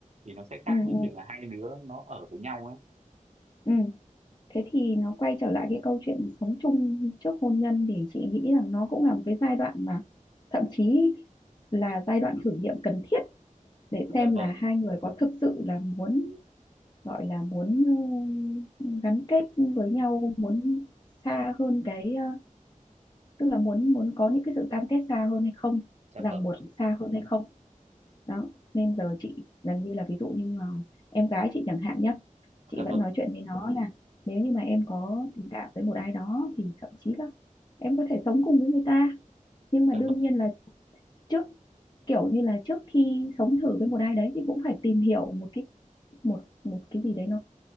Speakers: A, on the right; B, on the left.
A: thì nó sẽ khác
B: ừ
A: với
B: ừ
A: việc là hai đứa nó ở với nhau ấy
B: ừ thế thì nó quay trở lại cái câu chuyện sống chung trước hôn nhân thì chị nghĩ rằng nó cũng là một cái giai đoạn mà thậm chí là giai đoạn thử nghiệm cần thiết để xem
A: dạ vâng
B: là hai người có thực sự là muốn gọi là muốn ờ, gắn kết với nhau muốn xa hơn cái ờ, tức là muốn muốn có những cái sự cam kết xa hơn hay không
A: dạ
B: ràng
A: vâng
B: buộc xa hơn hay không đó nên giờ chị gần như là ví dụ như ờ, em gái chị chẳng hạn nhé chị
A: dạ vâng
B: vẫn nói chuyện với nó là nếu như mà em có tình cảm với một ai đó thì thậm chí là em có thể sống cùng với người ta nhưng mà
A: dạ
B: đương
A: vâng
B: nhiên là trước kiểu như là trước khi sống thử với một ai đấy thì cũng phải tìm hiểu một cái một một cái gì đấy nó